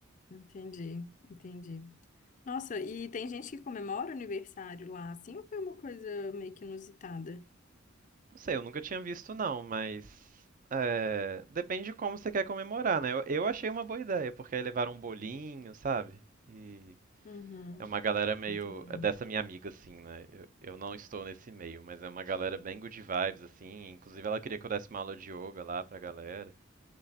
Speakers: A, on the left; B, on the right.
A: entendi, entendi. Nossa, e tem gente que comemora o aniversário lá, assim, ou foi uma coisa meio que inusitada?
B: Não sei, eu nunca tinha visto não, mas é, depende de como você quer comemorar, né? Eu, eu achei uma boa ideia, porque aí levaram um bolinho, sabe? E
A: Uhum,
B: é uma galera meio
A: entendi.
B: é dessa minha amiga assim, né? Eu, eu não estou nesse meio, mas é uma galera bem good vibes assim. Inclusive ela queria que eu desse uma aula de yoga lá pra galera.